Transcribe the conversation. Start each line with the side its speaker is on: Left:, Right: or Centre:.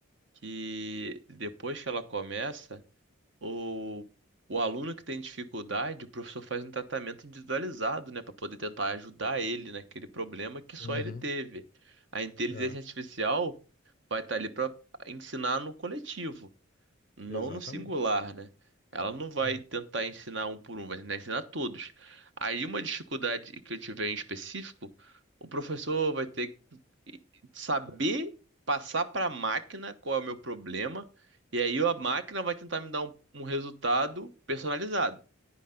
Right: que depois que ela começa. O, o aluno que tem dificuldade, o professor faz um tratamento individualizado, né, para poder tentar ajudar ele naquele problema que só
Left: Uhum,
Right: ele teve. A inteligência
Left: é,
Right: artificial vai estar ali para ensinar no coletivo não
Left: exatamente.
Right: no singular, né? Ela não vai
Left: É,
Right: tentar ensinar um por um, vai tentar ensinar todos. Aí uma dificuldade que eu tiver em específico, o professor vai ter que saber passar para a máquina qual é o meu problema, e aí a máquina vai tentar me dar um, um resultado personalizado.